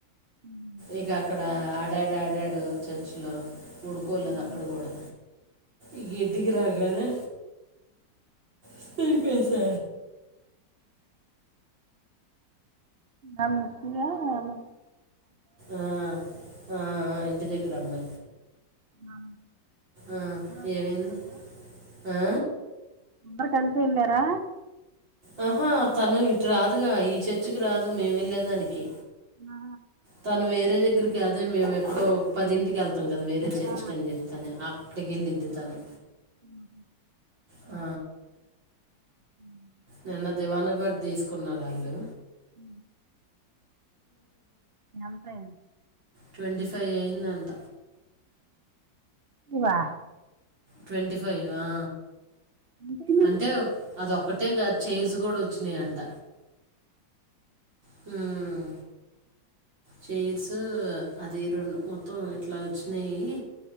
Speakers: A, on the right; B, on the right.
A: ఉమ్,
B: ఇక అక్కడ ఆడాడు ఆడాడు చర్చి లో పడుకోలేదు
A: ఆ.
B: అక్కడ కూడా ఇగ ఇంటికి రాగానీ శ్లీపసదు
A: ఉ మస్తయా నమస్తయా
B: ఆ ఆ ఇంటి దకుర అమ్మా
A: ఆ
B: ఆ,
A: అజందార
B: ఏమైంది
A: <inaudible>
B: ఆ?
A: అందరు కలిసి ఎలారా
B: ఆహా తను ఇటు రాదుగా ఈ చర్చికి రాదు మేము వెళ్ళలేదానికి
A: ఆ,
B: తను వేరే దగ్గరికి అదే మేము ఎప్పుడో పదింటికి వెళ్తాం తం వేరే చర్చ్
A: ఆ,
B: కని చెప్తాను అక్కటిగిలిద్ తను
A: ఉ
B: ఆ
A: ఉ
B: నిన్న దివాన గుడ్ తీసుకున్నారాళ్ళు
A: ఉ యాన్ పెన్
B: ట్వంటీ ఫైవ్ అయిదంట
A: వా
B: ట్వంటీ ఫైవ్ ఆ
A: ఇంకేంటి
B: అంటే అదొకటి అంతేగా చెర్స్ గుడా వచ్చినాయంట హ్మ్ చెర్స్ అది రెండు మొత్తం ఎట్లా వచ్చినాయి